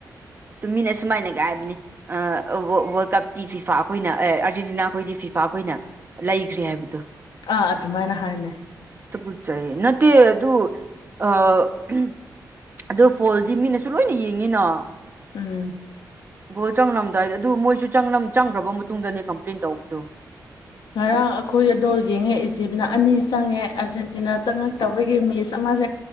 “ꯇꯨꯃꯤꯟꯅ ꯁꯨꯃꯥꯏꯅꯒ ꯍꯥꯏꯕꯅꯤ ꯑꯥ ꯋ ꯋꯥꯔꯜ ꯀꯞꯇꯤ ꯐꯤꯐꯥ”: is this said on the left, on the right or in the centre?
Right